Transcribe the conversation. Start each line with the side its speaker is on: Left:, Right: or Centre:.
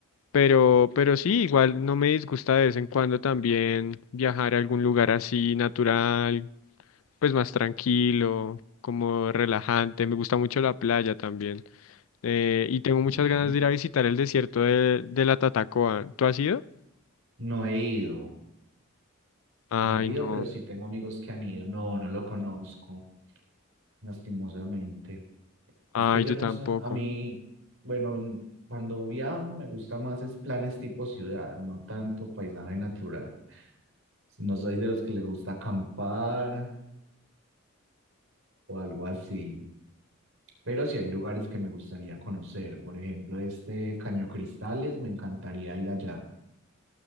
Left: pero, pero sí, igual no me disgusta de vez en cuando también viajar a algún lugar así natural, pues más tranquilo, como relajante. Me gusta mucho la playa también. Eh, y tengo muchas
Right: Bien.
Left: ganas de ir a visitar el desierto de, de la Tatacoa. ¿Tú has ido?
Right: No he ido,
Left: Ay,
Right: no he ido,
Left: no.
Right: pero sí tengo amigos que han ido. No, no lo conozco, lastimosamente.
Left: Ay,
Right: Es que yo
Left: yo
Right: no
Left: tampoco.
Right: sé, a mí, bueno, en- cuando viajo me gusta más es planes tipo ciudad, no tanto paisaje natural. No soy de los que le gusta acampar o algo así, pero sí hay lugares que me gustaría conocer. Por ejemplo, este Caño Cristales, me encantaría ir allá,